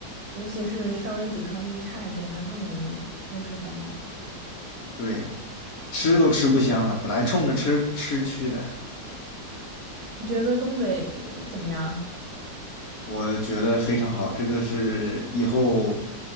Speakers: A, on the right; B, on the left.
A: 尤其是稍微抵抗力差一点的更容易就是感冒。
B: 对。吃都吃不香了，本来冲着吃吃去的，
A: 你觉得东北怎么样？
B: 我觉得非常好。这个是以后